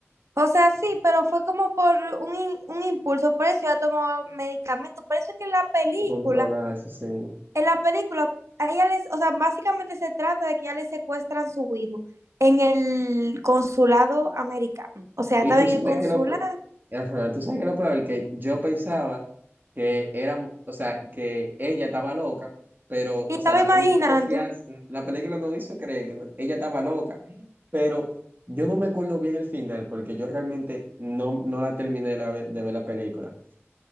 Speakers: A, on the right; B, on the right.
A: O sea, sí, pero fue como por un, in- un impulso, por eso ella tomaba medicamentos. Por eso es que en la película
B: A controlarse, sí. sí.
A: en la película, a ella les, o sea, básicamente se trata de que ya le secuestran su hijo en el consulado americano. O sea,
B: Y
A: estaba
B: tú
A: en
B: sabes
A: el consulado
B: que lo, pe- ajá, tú sabes que lo peor, que yo pensaba que era, o sea, que ella estaba loca, pero,
A: y
B: o
A: estaba
B: sea, la
A: imaginando,
B: película no hacía- la película no hizo creer que no- ella estaba loca, pero yo no me acuerdo bien el final, porque yo realmente no, no la terminé de, la ve- de ver la película,